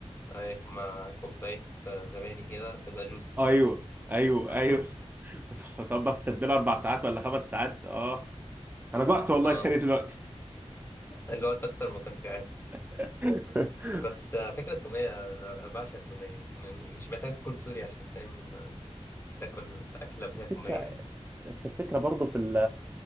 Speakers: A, on the left (about 20°); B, on the right (about 15°).
A: اي مع كوباية آه، زبادي كده تبقى جوسي
B: ايوه ايوه
A: <laughs>
B: ايوه <laughs> طب في التتبيله اربع ساعات ولا خمس ساعات اه انا جعت والله
A: اه
B: تاني دلوقتي
A: جوعت اكتر ما كنت جعان
B: <laughs>
A: بس آه، فكرة التومية آه، أنا بعشق التومية م- مش محتاج تكون سوري عشان فاهم آه، تاكل أكلة فيها
B: الفكرة
A: تومية يعني
B: بس الفكرة برضه في ال